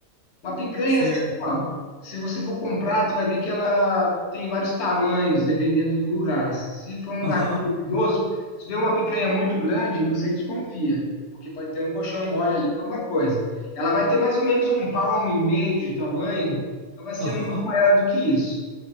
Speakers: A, on the left; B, on the right.
A: Uma picanha,
B: Certo.
A: assim, ó, se você for comprar, tu vai ver que ela tem vários tamanhos, dependendo do lugar. Se for um lugar
B: Aham,
A: muito perigoso, se vê uma picanha muito grande, você desconfia, porque pode ter um colchão mole ali, alguma coisa. Ela vai ter mais ou menos um palmo e meio de tamanho, não vai ser
B: aham,
A: muito maior do que isso.